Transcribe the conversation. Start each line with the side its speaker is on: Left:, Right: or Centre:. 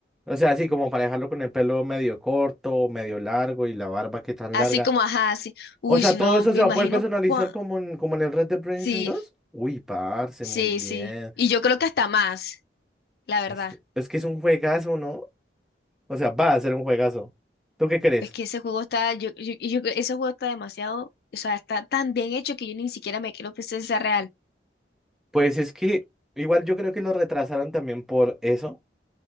Centre: O sea, sí, como para dejarlo con el pelo medio corto, medio largo y la barba que tan
Left: Así
Centre: larga.
Left: como, ajá, así. Uy,
Centre: O sea,
Left: si no,
Centre: todo eso
Left: me
Centre: se
Left: imagino.
Centre: va a poder personalizar
Left: cua-
Centre: como en, como en el Red Dead Redemption
Left: Sí.
Centre: dos Uy, parce,
Left: Sí,
Centre: muy bien.
Left: sí. Y yo creo que hasta más, la verdad.
Centre: Es que, es que es un juegazo, ¿no? O sea, va a ser un juegazo. ¿Tú qué crees?
Left: Es que ese juego está, yo, yo, yo- ese juego está demasiado, o sea, está tan bien hecho que yo ni siquiera me creo que ese sea real.
Centre: Pues es que igual yo creo que lo retrasaron también por eso,